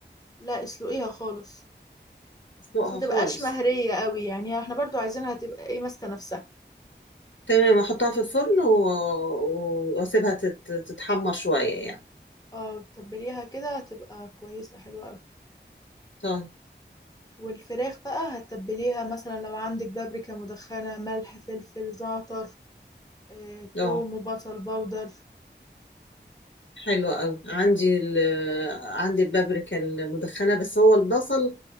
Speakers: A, on the left; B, on the left.
A: لا اسلقيها خالص
B: اسلقها
A: بس ما تبقاش
B: خالص
A: مهرية قوي يعني احنا برضو عايزينها تبقى ايه ماسكة نفسها
B: تمام احطها في الفرن و... و- واسيبها تت... تتحمر شوية يعني
A: اه تبليها كده هتبقى كويسة حلوة قوي
B: طيب
A: والفراخ بقى هتتبليها مثلا لو عندك بابريكا مدخنة ملح فلفل زعتر اه،
B: اه
A: توم وبصل بودر
B: حلو قوي عندي ال عندي البابريكا المدخنة بس هو البصل